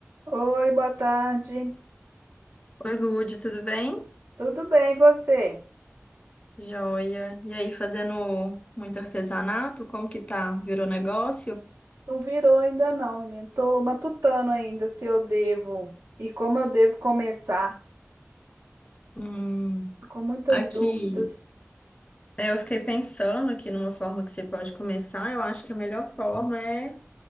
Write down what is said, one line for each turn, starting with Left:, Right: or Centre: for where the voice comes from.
Right: Oi, boa tarde.
Left: Oi, Lude, tudo bem?
Right: Tudo bem, e você?
Left: Joia. E aí, fazendo muito artesanato? Como que tá? Virou negócio?
Right: Não virou ainda não, menino. Tô matutando ainda se eu devo e como eu devo começar.
Left: Hum,
Right: Tô com muitas
Left: aqui,
Right: dúvidas.
Left: é, eu fiquei pensando aqui numa forma que você pode começar. Eu acho que a melhor forma é